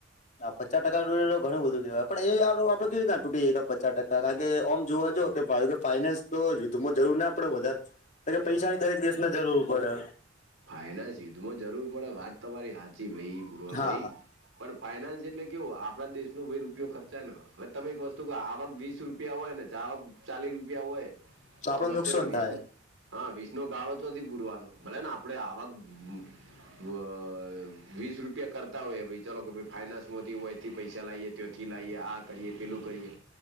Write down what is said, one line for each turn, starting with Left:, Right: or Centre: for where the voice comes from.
Left: હા પચાસ ટકા તુટે તો ધણુ બધું થય પણ એાર આપડ કેવી રીતના તૂટી ગ પચાસ ટકા કાર કે આમ જોવા જા કે ભ ઈ કે ફાઈનાન્સ તો યુઘમાં જરૂર ના પડે વધારે કે પૈસાની દરેક દેશને જરૂર પડે.
Right: ફાયના સીધમાં જરૂર પડે વાત તમારી હાચી ભાઈ પુરવા
Left: હા
Right: ભાઈ પણ ફાઈનાન્સ એટલે કેવો આપડા દેશ ન ભાઈ રૂપિયો ખર્ચા ન હવે તમે એક વસ્તુ આવક વીસ રૂપિયા હોય ને જ આવક ચાલીસ રૂપિયા હોય
Left: આપડે
Right: તો વચ્ચેનો
Left: નુકસાન
Right: વીસ
Left: થાય
Right: નો હા વિસનો ગાળો ચોથી પુરવાનો ભલે ને આપડે આવક <unintelligible> ગ અ વીસ રૂપિયા કરતા હોય બિજા લોકો બી ફાઈનાન્સ વથી હોય એથી પૈસા લાવએ ત્યથી લાઈએ આ કરીએ પેલું કરીએ,